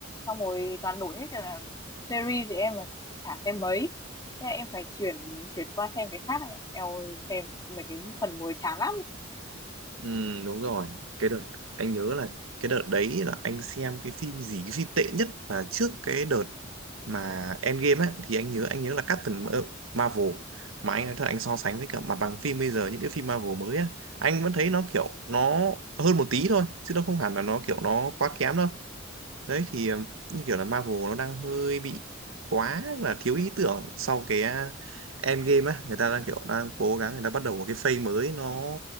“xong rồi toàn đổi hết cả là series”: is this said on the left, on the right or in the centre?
Left